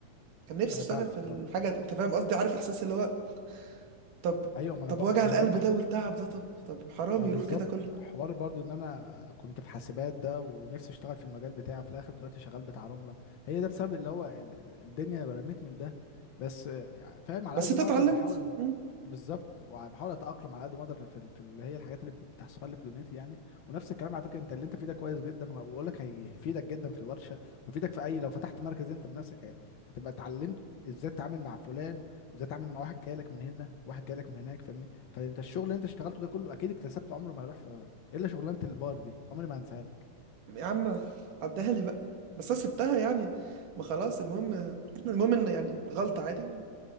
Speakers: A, on the right; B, on the left.
A: كان نفسي
B: انا
A: اشتغل
B: فاهمك
A: في الحاجه
B: فاهم
A: دي. انت فاهم قصدي عارف احساس اللي هو طب
B: ايوه ما انا
A: طب
B: ب...
A: وجع
B: ما
A: القلب
B: انا برضه
A: ده
B: ح...
A: والتعب ده طب طب حرام
B: ما
A: يروح
B: بالظبط
A: كده كله
B: حوار برضو ان انا كنت في حاسبات ده ونفسي اشتغل في المجال بتاعي في الاخر دلوقتي شغال بتاع رملة هي ده بسبب اللي هو ال- ال- الدنيا رمتني لده بس آه، فاهم على
A: بس
B: قد
A: انت
B: ما
A: اتعلمت
B: اقدر بحاول
A: مم.
B: بالظبط وبحاول اتاقلم على قد ما اقدر في ال- في اللي هي الحاجات اللي بتحصل لي في دنيتي يعني ونفس الكلام على فكره انت اللي انت فيه ده كويس جدا وهقول لك هيفيدك جدا في الورشه ويفيدك في اي لو فتحت مركز انت بنفسك هي- هتبقى اتعلمت ازاي تتعامل مع فلان وازاي تتعامل مع واحد جاي لك من هنا واحد جاي لك من هناك فاهمني فانت الشغل اللي انت اشتغلته ده كله اكيد اكتسبته عمره ما يروح في إيه الا شغلانه البار دي عمري ما هنساها لك
A: يا عم عدها لي بقى بس انا سبتها يعني ما خلاص المهم المهم ان يعني غلطة عادي